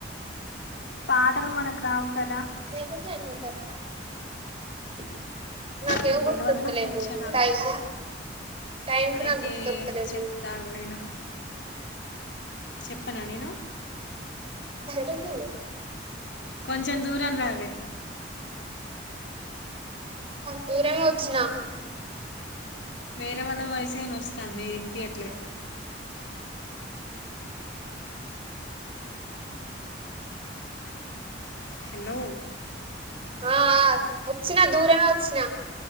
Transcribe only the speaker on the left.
పాటలు మనకు రావు కదా
నీకు
తెలియదు నాకు వచ్చా రావా
అయితే
చెప్తాను నేను చెప్పనా నేను
కొంచెం దూరం రావే
వేరే వాళ్ళ వాయిస్ ఏ వినొస్తంది, నిది వినిపియ్యట్లే హలో